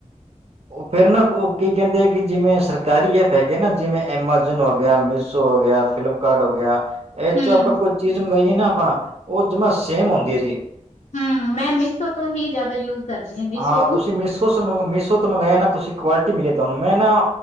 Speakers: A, on the right; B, on the left.
A: ਉਹ ਫੇਰ ਨਾ ਕੀ ਕਹਿੰਦੇ, ਕਿ ਜਿਵੇਂ ਸਰਕਾਰੀ ਐਪ ਹੈਗੇ ਨਾ। ਜਿਵੇਂ ਐਮਾਜੋਨ ਹੋ ਗਿਆ, ਮੀਸ਼ੋ ਹੋ ਗਿਆ। ਫਲਿੱਪਕਾਰਟ ਹੋ ਗਿਆ। ਇਹ
B: ਹੂੰ
A: ਚੋਂ, ਆਪਾਂ ਕੁਝ ਚੀਜ਼ ਮੰਗਾਈਏ ਨਾ। ਆਪਾਂ ਉਹ ਜਮਾ ਸੇਮ ਹੁੰਦੀ ਹੈ ਜੀ।
B: ਹਮ, ਮੈਂ ਮੀਸ਼ੋ ਤੋਂ ਹੀ ਜ਼ਿਆਦਾ ਯੂਜ ਕਰਦੀ ਮੀਸੋ
A: ਹਾਂ।
B: ਤੋਂ
A: ਤੁਸੀਂ ਮੀਸ਼ੋ- ਮੀਸ਼ੋ ਤੋਂ ਮੰਗਾਇਆ ਨਾ। ਤੁਸੀਂ ਕੁਆਲਿਟੀ ਮਿਲੀ, ਤੁਹਾਨੂੰ ਮੈਂ ਨਾ